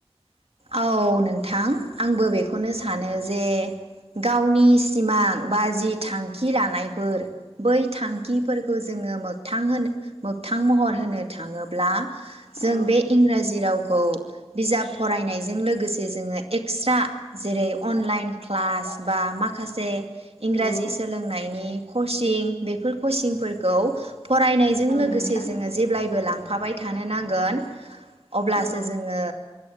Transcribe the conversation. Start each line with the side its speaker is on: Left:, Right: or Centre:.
Right: औ नों थां आंबो बेखौनो सानो जे गावनि सिमां बा जि थांखि लानायफोर बै थांखिफोरखौ जोङो मोगथां होनो मोगथां महर होनो थाङोब्ला जों
Left: औ
Right: बे इंरा जि रावखौ बिजाब फरायनायजों लोगोसे जोङो एक्सस्रा जेरै अनलाइन क्लास बा माखासे इंराजि
Left: औ
Right: सोलोंनायनि कचिं बेफोर कचिंफोरखौ फरायनायजों
Left: औ
Right: लोगोसे
Left: नोंथां
Right: जोङो जेब्लाय बो लांफाबाय थानो नांगोन। अब्लासो
Left: औ
Right: जोङो